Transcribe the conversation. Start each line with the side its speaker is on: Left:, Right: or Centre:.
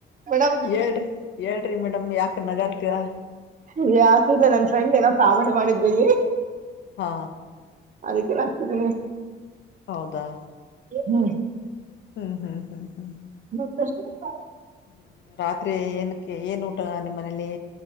Right: ಮೇಡಮ್
Left: ಹೇಳ್ರಿ ಹೇಳ್ರಿ ಮೇಡಮ್ ಯಾಕ ನಗಾಡ್ತೀರಾ
Right: ಹ್ಮ್ ಯಾಕು ಇಲ್ಲ ನನ್ ಫ್ರೆಂಡ್ ಏನೋ ಕಾಮಿಡಿ ಮಾಡಿದ್ವಿ
Left: ಹಾ
Right: ಅದಿಕ್ಕೆ ನಗ್ತಿದ್ದೀನಿ
Left: ಹೌದಾ
Right: ಹ್ಮ್
Left: ಹ್ಮ್ ಹ್ಮ್ ಹ್ಮ್ ಹ್ಮ್
Right: ಮ ಕ <unintelligible>
Left: ಹ್ಮ್ ರಾತ್ರಿ ಏನಕ್ಕೆ ಏನ್ ಊಟ ನಿಮ್ ಮನೇಲಿ